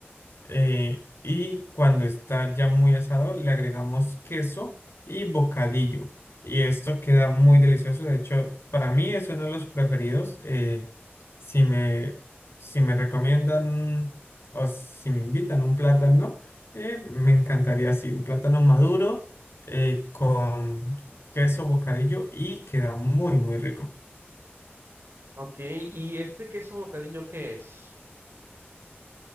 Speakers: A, on the left; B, on the right.
A: eh, y cuando está ya muy asado, le agregamos queso y bocadillo. Y esto queda muy delicioso. De hecho, para mí es uno de los preferidos. eh, si me, si me recomiendan o si me invitan un plátano, eh, me encantaría así, un plátano maduro eh, con queso, bocadillo y queda muy, muy rico.
B: Ok, ¿y este queso bocadillo qué es?